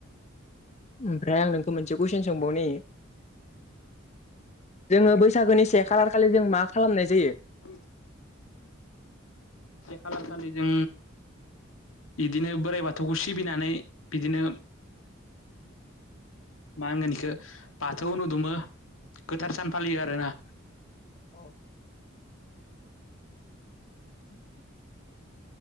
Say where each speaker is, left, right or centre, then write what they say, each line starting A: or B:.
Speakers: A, on the left (about 35°); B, on the left (about 90°).
A: ओमफ्राय आं नोखो मोनसे कुइसन सोंबावनि जोङो बैसागोनि से खालार खालि जों मा खालामनाय जायो
B: <inaudible> खालारखालि जों बिदिनो बोराइ बाथौखौ सिबिनानै बिदिनो
A: <inaudible>
B: मा होनगोन एखो बाथौ <unintelligible> गोथार सान फालियो आरो ना।
A: <inaudible> <inaudible>